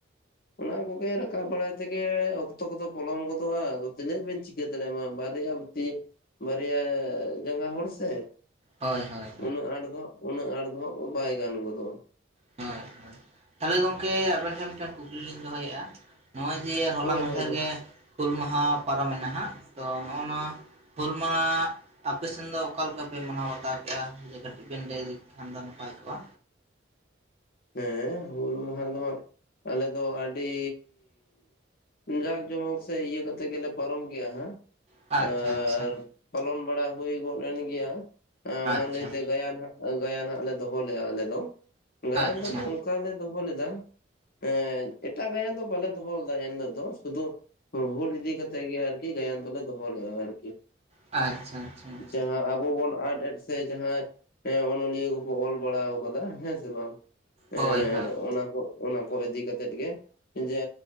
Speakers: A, on the left; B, on the right.
A: ᱚᱱᱟ ᱠᱚᱜᱮ ᱨᱟᱠᱟᱵ ᱵᱟᱲᱟᱭ ᱛᱮᱜᱮ ᱚᱠᱛᱚ ᱠᱚᱫᱚ ᱯᱚᱞᱚᱢ ᱜᱚᱫᱚᱜᱼᱟ ᱟᱫᱚ ᱛᱤᱱᱟᱹᱜ ᱵᱮᱱ ᱪᱤᱜ ᱪᱮᱫ ᱨᱮᱢᱟ ᱵᱟᱨᱭᱟ ᱟᱵᱚᱛᱛᱤ ᱵᱟᱨᱭᱟ ᱡᱟᱸᱜᱟ ᱦᱚᱲ ᱥᱮ
B: ᱦᱳᱭ ᱦᱳᱭ ᱦᱳᱭ
A: ᱩᱱᱟᱹᱜ ᱟᱸᱴ ᱫᱚ ᱦᱟᱸᱜ ᱩᱱᱟᱹᱜ ᱟᱸᱴ ᱫᱚ ᱦᱟᱸᱜ ᱵᱟᱭ ᱜᱟᱱ ᱜᱚᱫᱚᱜ
B: ᱦᱳᱭ ᱦᱳᱭ ᱛᱟᱦᱞᱮ ᱜᱚᱝᱠᱮ ᱟᱵᱮᱱ ᱴᱷᱮᱱ ᱢᱤᱫᱴᱟᱝ ᱠᱩᱠᱞᱤ ᱞᱤᱧ ᱫᱚᱦᱚᱭᱮᱜᱼᱟ᱾ ᱱᱚᱦᱚᱭ ᱡᱮ ᱦᱚᱞᱟ
A: ᱦᱳᱭ
B: ᱢᱟᱸᱫᱷᱮᱨ
A: ᱦᱳᱭ ᱫᱚ
B: ᱜᱮ ᱦᱩᱞ ᱢᱟᱦᱟ ᱯᱟᱨᱚᱢᱮᱱᱟ ᱦᱟᱸᱜ ᱛᱚ ᱱᱚᱜᱼᱚᱭ ᱱᱚᱣᱟ ᱦᱩᱞ ᱢᱟ ᱟᱯᱮ ᱥᱮᱱ ᱫᱚ ᱚᱠᱟ ᱞᱮᱠᱟ ᱯᱮ ᱢᱟᱱᱟᱣ ᱵᱟᱛᱟᱣ ᱠᱮᱭᱟ ᱡᱮ ᱠᱟᱹᱴᱤᱡ ᱵᱮᱱ ᱞᱟᱹᱭ ᱞᱮᱠᱷᱟᱱ ᱫᱚ ᱱᱟᱯᱟᱭ ᱠᱚᱜᱼᱟ᱾
A: ᱦᱮᱸᱻ ᱦᱩᱞ ᱢᱟᱦᱟ ᱫᱚ ᱦᱟᱸᱜ ᱟᱞᱮ ᱫᱚ ᱟᱹᱰᱤᱻ ᱡᱟᱠᱼᱡᱚᱢᱚᱠ ᱥᱮ ᱤᱭᱟᱹ ᱠᱟᱛᱮ ᱜᱮᱞᱮ ᱯᱟᱨᱚᱢ ᱜᱮᱭᱟ ᱦᱟᱸᱜ
B: ᱟᱪᱪᱷᱟ
A: ᱟᱨ
B: ᱟᱪᱪᱷᱟ
A: ᱯᱟᱞᱚᱱ ᱵᱟᱲᱟ ᱦᱩᱭ ᱜᱚᱫ ᱮᱱ ᱜᱮᱭᱟ ᱮᱸ ᱚᱱᱟ
B: ᱟᱪᱪᱷᱟ
A: ᱞᱟᱹᱭ ᱛᱮ ᱜᱟᱭᱟᱱ ᱦᱟᱸᱜ ᱟ ᱜᱟᱭᱟᱱ ᱦᱟᱸᱜ ᱞᱮ ᱫᱚᱦᱚ ᱞᱮᱜᱼᱟ ᱟᱞᱮ ᱫᱚ, ᱜᱟᱭᱟᱱ
B: ᱟᱪᱪᱷᱟ
A: ᱫᱚ ᱱᱚ ᱚᱠᱟ ᱞᱮ ᱫᱚᱦᱚ ᱞᱮᱫᱟ ᱮᱸ ᱮᱴᱟᱜ ᱜᱟᱭᱟᱱ ᱫᱚ ᱵᱟᱞᱮ ᱫᱚᱦᱚ ᱞᱮᱫᱟ ᱤᱱ ᱦᱤᱞᱚᱜ ᱫᱚ ᱥᱩᱫᱩ ᱦᱩᱞ ᱤᱫᱤ ᱠᱟᱛᱮ ᱜᱮ ᱟᱨᱠᱤ ᱜᱟᱭᱟᱱ ᱫᱚᱞᱮ ᱫᱚᱦᱚ ᱞᱮᱫᱟ ᱟᱨᱠᱤ
B: ᱟᱪᱪᱷᱟ ᱟᱪᱷᱟ ᱟᱪᱷᱟ
A: ᱡᱟᱦᱟᱸ ᱟᱵᱚ ᱵᱚᱱ ᱟᱰ ᱮᱰᱥ ᱥᱮ ᱡᱟᱦᱟᱸᱭ ᱮᱸ ᱚᱱᱚᱞᱤᱭᱟᱹ ᱠᱚᱠᱚ ᱚᱞ ᱵᱟᱲᱟᱣᱟᱠᱟᱫᱟ ᱦᱮᱸ ᱥᱮ ᱵᱟᱝ ᱮᱸ
B: ᱦᱳᱭ ᱦᱳᱭ
A: ᱚᱱᱟᱠᱚ ᱚᱱᱟᱠᱚ ᱤᱫᱤ ᱠᱟᱛᱮ ᱜᱮ ᱡᱮ